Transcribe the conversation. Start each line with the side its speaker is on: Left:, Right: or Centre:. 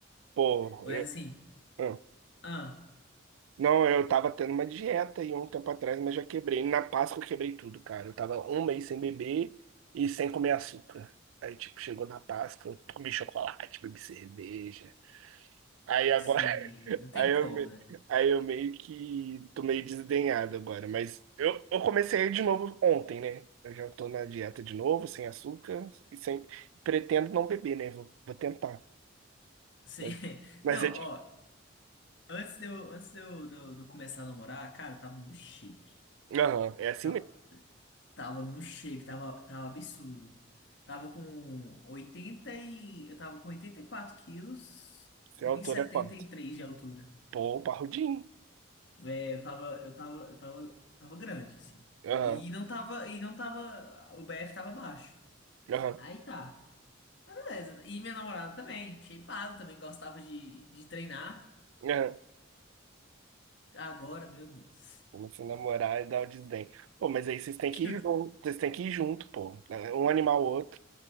Right: Pô,
Left: Mas
Right: eu,
Left: assim,
Right: ah.
Left: ah.
Right: não, eu tava tendo uma dieta aí um tempo atrás, mas já quebrei. Na Páscoa eu quebrei tudo, cara. Eu tava um mês sem beber e sem comer açúcar. Aí, tipo, chegou na Páscoa, eu comi chocolate, bebi cerveja. Aí agora.
Left: Sim, não tem
Right: Aí eu,
Left: como,
Right: me-
Left: né?
Right: aí eu meio que tô meio desdenhado agora, mas eu, eu comecei de novo ontem, né? Eu já tô na dieta de novo, sem açúcar e sem. Pretendo não beber, né? Vou, vou tentar.
Left: Sim.
Right: Mas,
Left: <laughs>
Right: mas
Left: Não,
Right: é difícil.
Left: ó, antes de eu, antes de eu, de eu- de eu começar a namorar, cara, eu tava num shape.
Right: Aham, é assim
Left: Tava,
Right: mesmo.
Left: tava num shape, tava, tava absurdo. Tava com 80 e... Eu tava com 84 quilos,
Right: Você
Left: com
Right: é autor
Left: um e setenta
Right: é quanto?
Left: e três de altura.
Right: Pô, parrudinho.
Left: É, eu tava, eu tava, eu tava, tava grande, assim.
Right: Aham,
Left: E não tava, e não tava, o BF tava baixo.
Right: aham,
Left: Aí tá. Mas beleza. E minha namorada também, shapeada, também gostava de, de treinar.
Right: aham.
Left: Agora, meu Deus.
Right: Começa a namorar e dá o desdém. Pô, mas aí vocês têm que
Left: Acho que
Right: ir
Left: eu-
Right: junto, vocês têm que ir junto, pô. né? Um animal o outro.